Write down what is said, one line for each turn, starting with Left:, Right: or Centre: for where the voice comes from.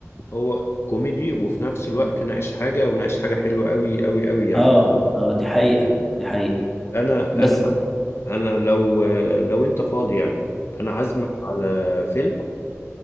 Left: هو كوميدي وفي نفس الوقت ناقش حاجة وناقش حاجة حلوة قوي قوي قوي يعني
Centre: اه اه دي حقيقة دي حقيقة
Left: انا
Centre: بس
Left: انا انا لو لو انت فاضي يعني انا عازمك على فيلم